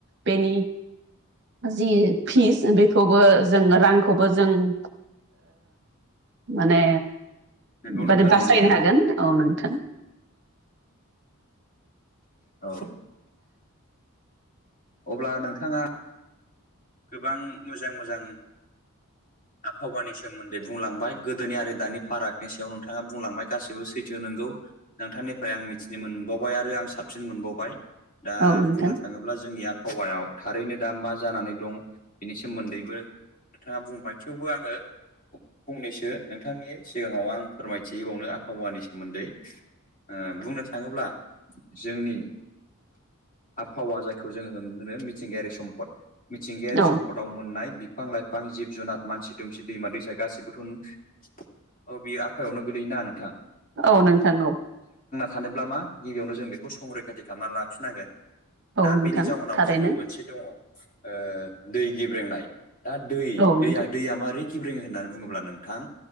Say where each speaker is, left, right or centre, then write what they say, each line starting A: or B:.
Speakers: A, on the right; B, on the left.
A: बेनि जि फिस बेखौबो जों रांखौबो जों ओ माने
B: नंगौ नोंथां
A: माने बासायनो
B: नंगौ नंगौ
A: हागोन औ नोंथां
B: औ अब्ला नोंथाङा गोबां मोजां मोजां आबहावानि सोमोन्दै बुंलांबाय गोदोनिआ दानि फारागनि सायाव नोंथाङा बुंलांबाय गासैबो सैथो नोंगौ नोंथांनिफ्राय आं मिथिनो मोनबावबाय आरो आं साबसिन मोनबावबाय दा
A: औ नोंथां औ नोंथां
B: बुंनो थाङोब्ला जोंनिया आब हावायाव थारैनो दा मा जानानै दं बेनि सोमोन्दैबो नोंथाङा बुंबाय थेवबो आङो फंनैसो नोंथांनि सिगाङाव आं फोरमायथिंबावनो आबहावानि सोमोन्दै ओ बुंनो थाङोब्ला जोंनि आबहावा जायखौ जोङो होनो मिथिंगायारि सम्पद मिथिंगायारि
A: औ
B: सम्फदाव मोननाय बि फां लाइफां जिब जुनार मानसि दुमसि दैमा दैसा गाैबोथ' औ बियो आबहावायावनो गोलैयो ना नोंथां
A: औ नोंथां औ
B: सानोब्ला मा गिबियावनो जों बेखौ संरैखाथि खालामना लाखिनांगोन।
A: औ
B: दा
A: नोंथां
B: बेनि जाउनाव
A: थारैनो
B: जोङो मोनसे दङ ओ दै गेब्रेंनाय दा दैया
A: औ नोंथां
B: दैया मारै गेब्रेङो होननानै बुङोब्ला नोंथां